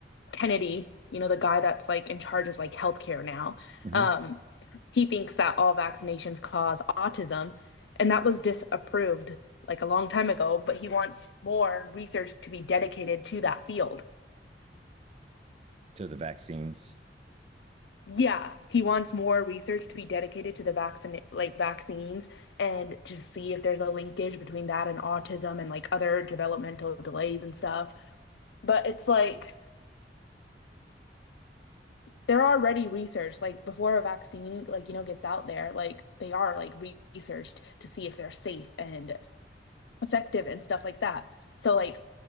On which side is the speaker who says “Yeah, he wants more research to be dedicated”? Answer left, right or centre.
Left